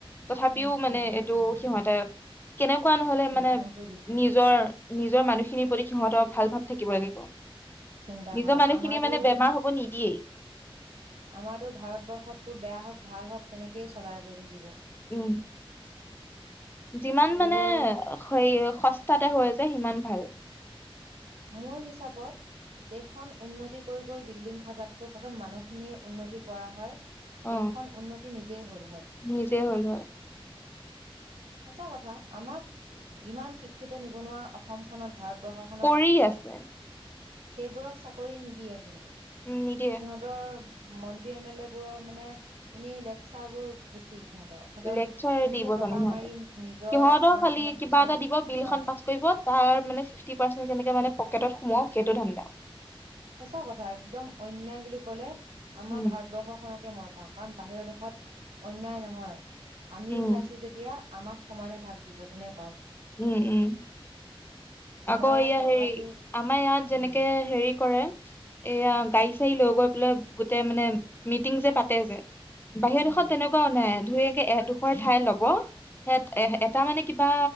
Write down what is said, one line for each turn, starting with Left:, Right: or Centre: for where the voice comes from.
Left: তথাপিও
Right: উম ছিজন
Left: মানে এইটো
Right: উম
Left: সিহঁতে কেনেকুৱা নহলে
Right: ৰিটাৰ্ণ
Left: মানে
Right: কৰি দিছে
Left: নিজৰ নিজৰ মানুহখিনিৰ প্ৰতি সিহঁত ভাল ভাৱ থাকিব লাগিব
Right: চিন্তা
Left: নিজৰ
Right: কৰা
Left: মানুহখিনি
Right: আমাৰতো
Left: মানে বেমাৰ হব নিদিয়েই
Right: আমাৰতো ভাৰতবৰ্ষতটো বেয়া হওঁক ভাল হওক তেনেকেই চলাই গৈ থাকিব
Left: উম যিমান
Right: এইবোৰ
Left: মানে সেই সস্তাতে হৈ যায় সিমান ভাল
Right: মোৰ হিচাপত দেশখন উন্নতি কৰি গৈ বিল্ডিং সাজাতকৈ প্ৰথম মানুহখিনিৰ উন্নতি কৰা হয়
Left: অ
Right: দেশখন উন্নতি নিজেই হ'ল হয়
Left: নিজে হ'ল হয়
Right: সচাঁ কথা, আমাক ইমান শিক্ষিত নিবনুৱা অসমখনত ভাৰতবৰ্ষখনত
Left: কৰি আছে।
Right: সেইবোৰক চাকৰি নিদিয়ে কিন্তু।
Left: উম নিদিয়ে
Right: সিহঁতৰ মন্ত্ৰী এম এল এ বোৰৰ মানে এনেই লেকচাৰ বোৰ বেছি সিহঁতৰ সিহঁতৰ
Left: লেকচাৰ
Right: কেনেকে
Left: দিব
Right: টকা
Left: জানে সিহঁতে।
Right: মাৰি নিজৰ
Left: সিহঁতৰ
Right: কাৰণে
Left: খালী
Right: মানে পইচা
Left: কিবা এটা
Right: গো
Left: দিব,
Right: গোটাও
Left: বিল খন পাঁচ কৰিব, তাৰ মানে ফিফটি পাৰ্চেন্ত কেনেকে মানে পকেটত সোমাও সেইটো ধানন্দা।
Right: সঁচা কথা, একদম অন্যায় বুলি কলে আমাৰ
Left: উম
Right: ভাৰতবৰ্ষখনকে মই পাওঁ, কাৰণ বাহিৰৰ দেশত অন্যায় নহয়। আমি
Left: উম
Right: উঠাইছো যেতিয়া আমাক সমানে ভাগ দিব তেনেক
Left: উম-উম
Right: আমাৰ
Left: আকৌ
Right: ইয়াত
Left: ইয়া
Right: টকা
Left: হেৰি,
Right: দি
Left: আমাৰ ইয়াত
Right: উম
Left: যেনেকে হেৰি কৰে এয়া গাড়ী চাড়ী লৈ গৈ পেলাই গোতেই মানে মিটিং যে পাতে যে বাহিৰৰ
Right: উম
Left: দেশত তেনেকুৱও নাই। ধুয়াকে এডোখৰ ঠাই লব, স এ এটা মানে কিবা